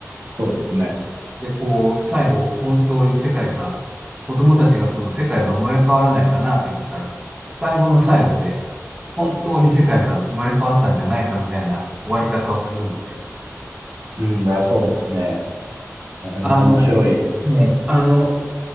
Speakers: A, on the right; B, on the right.
A: そうですね。
B: で、こう、最後、本当に世界が、子供たちがその世界が生まれ変わらないかなと言ってたら、最後の最後で、本当に世界が生まれ変わったんじゃないかみたいな終わり方をするので、
A: うん、まあ、そうですね。あれも面白い。
B: あの、ね、あの、